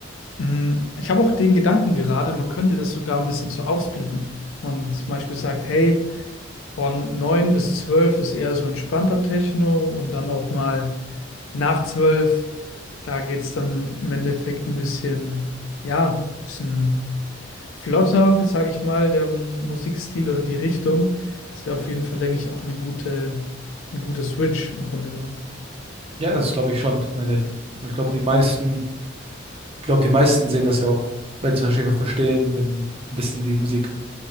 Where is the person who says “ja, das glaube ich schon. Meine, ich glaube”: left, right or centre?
Right